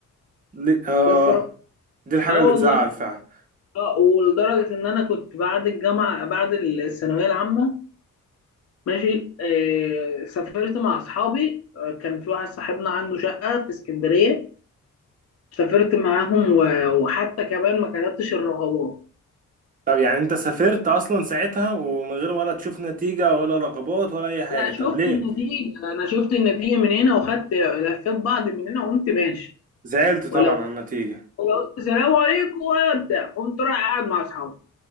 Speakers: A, on the right (about 25°); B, on the left (about 50°).
A: لي... اه
B: بس رب...
A: دي الحاجه
B: اه
A: اللي
B: والله
A: تزعل فعلا
B: اه ولدرجة ان انا كنت بعد الجامعة بعد الثانوية العامة ماشي آه سافرت مع اصحابي آه، كان في واحد صاحبنا عنده شقه في اسكندريه سافرت معاهم و- وحتى كمان ما كتبتش الرغبات
A: طب يعني انت سافرت اصلا ساعتها ومن غير ولا تشوف نتيجه ولا رقابات ولا اي حاجه
B: لا
A: طب
B: شفت
A: ليه
B: النتيجه انا شفت النتيجه من هنا وخدت لفيت بعض من هنا وقمت ماشي
A: زعلت طبعا
B: ولو
A: على النتيجه
B: ولو قلت سلام عليكم ولا بتاع قمت رايح قاعد مع اصحابي